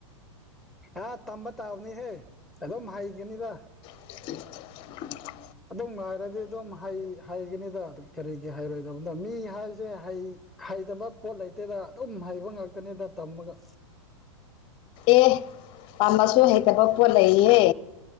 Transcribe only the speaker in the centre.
ꯑꯥ ꯇꯝꯕ- ꯇꯥꯕꯅꯤꯍꯦ ꯑꯗꯨꯝ ꯍꯩꯒ ꯅꯤꯗ
ꯑꯗꯨꯝ ꯉꯥꯏꯔꯗꯤ ꯑꯗꯨꯝ ꯍꯩ ꯍꯩꯒꯅꯤꯗ ꯀꯔꯤꯒꯤ ꯍꯥꯏꯔꯣꯏꯗꯕꯅꯣꯗ ꯃꯤ ꯍꯥꯏꯕꯖꯦ ꯍꯩꯇꯕ ꯄꯣꯠ ꯂꯩꯇꯦꯗ ꯑꯗꯨꯝ ꯍꯩꯕ ꯉꯥꯛꯇꯅꯤ ꯗꯥ ꯇꯝꯃꯒ